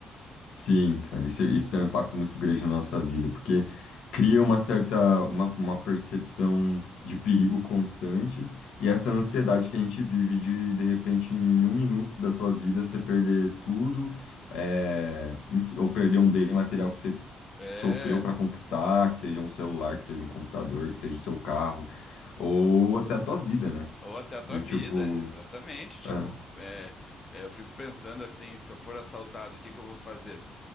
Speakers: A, on the left (about 80°); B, on the left (about 25°).
A: Sim, cara, isso, é, isso tem um impacto muito grande na nossa vida, porque cria uma certa, uma, uma percepção de perigo constante e essa ansiedade que a gente vive de, de repente, em um minuto da tua vida, você perder tudo, é, enfim, ou perder um bem material que você
B: É,
A: sofreu para conquistar, que seja um celular, que seja um computador, que seja o seu carro, ou até a tua vida, né?
B: ou até a
A: Do
B: tua vida,
A: tipo,
B: exatamente. Tipo,
A: é,
B: é, é, eu fico pensando assim, se eu for assaltado, o que que eu vou fazer?